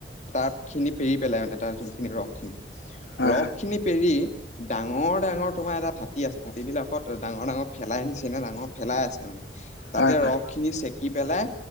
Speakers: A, on the left; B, on the left.
A: তাপ খিনি পেৰি পেলাই মানে তাৰ যোনখিনি ৰস খিনি
B: হয়
A: ৰস খিনি পেৰি, ডাঙৰ ডাঙৰ তোমাৰ এটা ভাটি আছে ভাটি বিলাকত ডাঙৰ ডাঙৰ ফেলাই নিচিনা ডাঙৰ ফেলাই আছে মানে তাতে
B: হয় হয়
A: ৰস,
B: হয়
A: খিনি চেকি পেলাই,